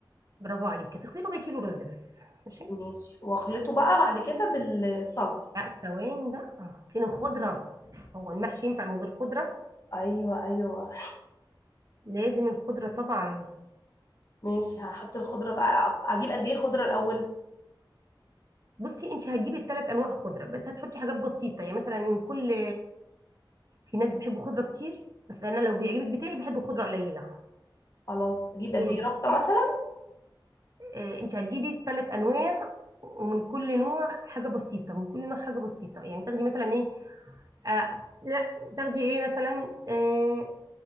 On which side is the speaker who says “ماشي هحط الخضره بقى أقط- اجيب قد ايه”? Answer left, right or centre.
Left